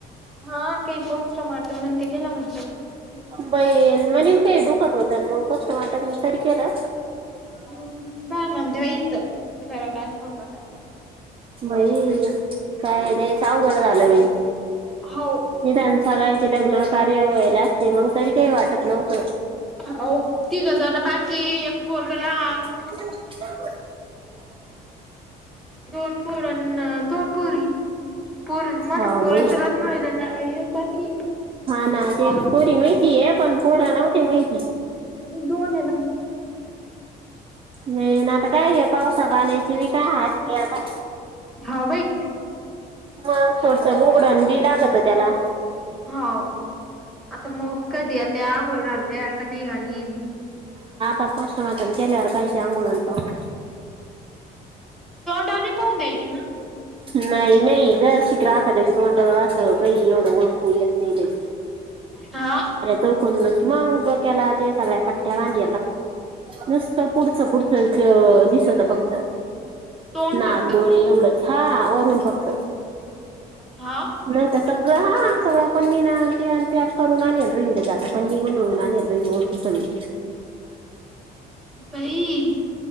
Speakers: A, in the centre; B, on the right.
A: हा काही पोस्ट मात मण ते केलं म्हण.
B: ब म्हणेल काय दुखात होत मग कष्ट मता तरी केलं.
A: हम् बा म्हण तेव्हा इथं खरं काय खोटं काय.
B: भाई काय लयच अवघड झालं भाई.
A: हो
B: निदान सगळ्याचे लग्न कार्य व्हायला असते मग तरी काही वाटत. नव्हतं
A: हो तीघजण बाकी एक पोरग लहान.
B: हो बरोर. <unintelligible>
A: दोन पोरांना दोन पोरी. पोरं मोठ
B: हो
A: पुरेसलाच
B: बाई
A: नाही बाकी.
B: ना ते
A: हा
B: पोरी माहिती आहे पण पोरं नव्हते माहिती
A: दो दे ना. <unintelligible>
B: नाही ना आता काय आहे पावसा पाण्याची बी काय हारी म आता.
A: हाव बाई
B: मग थोडस बगडण बी लागत त्याला.
A: हो आता मऊत कधी आ त्या आंघोळ घालत्या का नाही घालीत.
B: पोस्टमारम केल्यावर काही अंगळण पांघोळ
A: तोंडाने पाहून द्यायची म.
B: नाही नाही घर शिक राहत क तंड राहत एवढंळखू यत नाही का.
A: हा.
B: चून म केला सगळ्या पट्ट्या बांध नुसत पुढ पुढ. लच दिसत फक्त
A: तोंड
B: नाग
A: फक्त
B: डोळे एवढ. हा वरून फक्त.
A: हा.
B: नाही तर सगळं हा सगळं पण म ना. करण इ जात पणनीघून होणाराने इ नोवरून. <unintelligible>
A: भाई.